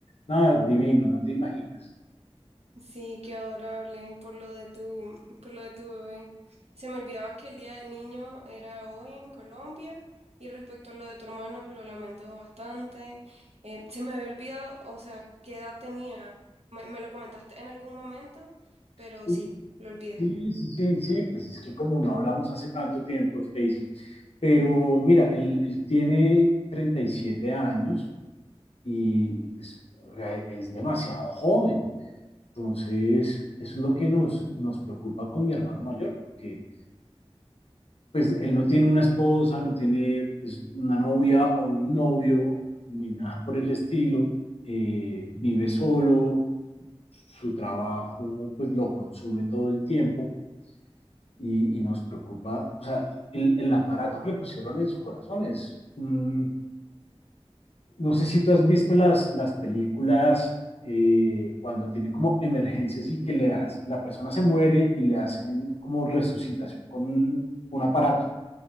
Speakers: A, on the left (about 70°); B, on the right (about 75°).
A: no, divino, no te imaginas.
B: Sí, qué adorable por lo de tu, por lo de tu bebé. Se me olvidaba que el Día del Niño era hoy en Colombia y respecto a lo de tu hermano lo lamento bastante. Eh, se me había olvidado, o sea, qué edad tenía. Me, me lo comentaste en algún momento, pero
A: Sí,
B: sí, lo olvidé.
A: sí, sí, sí, sí, pues es que como no hablamos hace tanto tiempo, Stacy, pero mira, él, él tiene 37 años y, y pues, o sea, es demasiado joven. Entonces, eso es lo que nos, nos preocupa con mi hermano mayor, porque pues él no tiene una esposa, no tiene pues, una novia o un novio, ni nada por el estilo, eh, vive solo, su trabajo pues lo consume todo el tiempo y, y nos preocupa, o sea, el, el, aparato que le pusieron en su corazón es, mm, no sé si tú has visto las, las películas eh, cuando tienen como emergencias y que le hace, la persona se muere y le hacen como resucitación con un, un aparato,